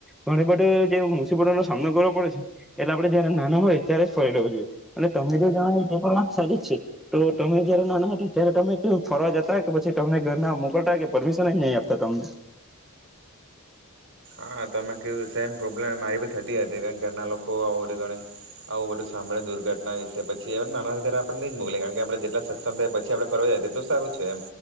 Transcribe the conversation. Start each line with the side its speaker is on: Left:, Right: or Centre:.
Centre: ઘણી બધું જે મુસીબતોનો સામનો કરવો પડે છે, એટલે આપડે જયારે નાના હોય ત્યારે જ ફરી લેવું જોઈએ. અને તમે જે જણાવી તે પણ વાત સાચી જ છે. તો તમે જયારે નાના ત્યારે તમે કેવુંક ફરવા જતા કે પછી તમને ઘરના મોકલતા કે પરમિશ ન જ નહીં આપતા તમને?
Right: હા તો તમે કીધું, સેમ પ્રોબ્લેમ મારે બી થતી હતી. ઘરના લોકો આવ બધું ગણે આવું બધું સાંભળે દુર્ઘટના વિશે પછી એ નાના હોય ત્યારે આપણે ની જ મોકલે. કારણ કે આપણે જેટલા સક્ષમ થાય પછી આપણે ફરવા જાયએ એટલું સારું છે એમ.